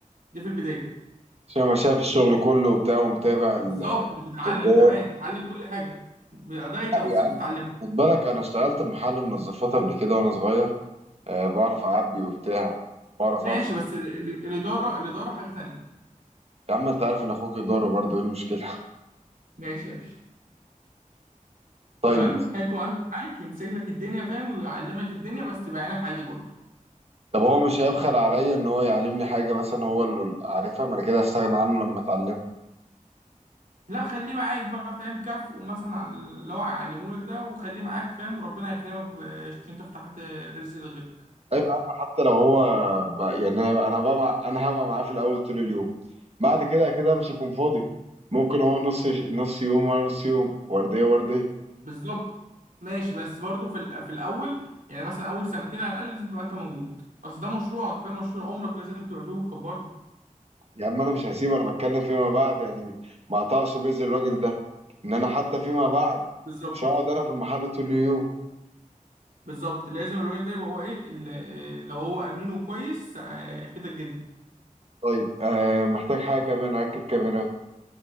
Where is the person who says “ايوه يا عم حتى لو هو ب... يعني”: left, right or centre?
Right